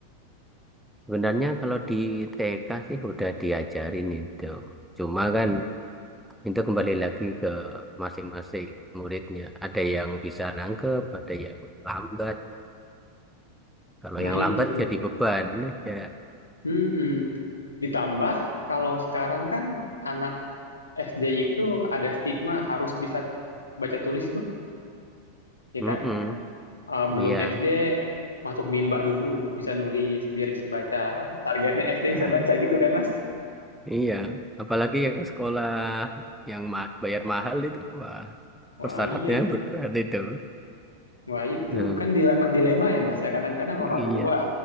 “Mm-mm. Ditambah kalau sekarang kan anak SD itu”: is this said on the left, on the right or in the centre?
Left